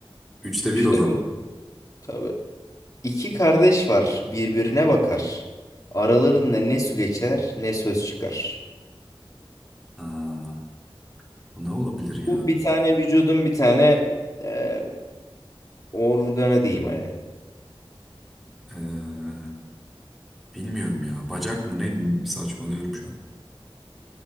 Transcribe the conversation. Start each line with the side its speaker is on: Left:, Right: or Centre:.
Centre: Üçte
Left: 3'te
Centre: bir o zaman.
Left: bir, Tabii. İki kardeş var, birbirine bakar. Aralarında ne su geçer, ne söz çıkar.
Centre: Aa, bu ne olabilir ya?
Left: Bu bir tane vücudun bir tane e, organı diyeyim hadi.
Centre: Ee, bilmiyorum ya. Bacak mı? Ne saçmalıyorum şu an.